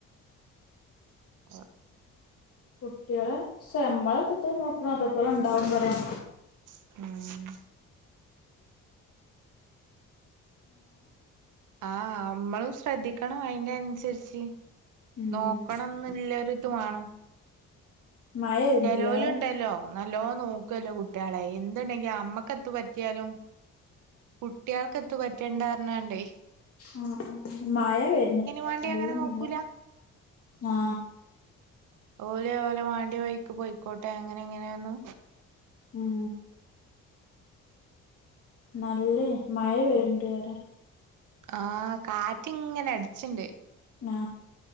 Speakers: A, on the right; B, on the left.
A: ആ
B: കുട്ടികളെ നമ്മള അത്രത്തോളം നോക്കണു അത്രത്തോളം എന്താവും പറയാ
A: ഉം ആ നമ്മള് ശ്രദ്ധിക്കണം അയിന്റെ അനുസരിച്ച്
B: ഉം
A: നോക്കണംന്നിളള ഒരി ഇത് വേണം
B: മഴ വരുന്നുണ്ടല്ലേ
A: ചലോലും ഉണ്ടല്ലോ നല്ലോ നോക്കുവല്ലോ കുട്ടികളെ എന്തുണ്ടെങ്കി നമ്മക്ക എത്ത് പറ്റിയാലും കുട്ടിയേൾക്ക് എത്ത് പറ്റണ്ടാർണ്കാണ്ടേ
B: ആ ആ മഴ വരുന്ന നല്ല
A: വേണ്ടി അങ്ങനെ നോക്കൂല
B: മഴ ആ
A: ഓലെ ഓലെ വാണ്ടി വൈക്ക് പോയിക്കോട്ടെ അങ്ങനെ എങ്ങനെയൊണു
B: ഉം നല്ലേ മഴ വരണ്ട്വ അറിയ
A: ആഹ കാറ്റി ഇങ്ങനെ അടിച്ചിണ്ട്
B: ആ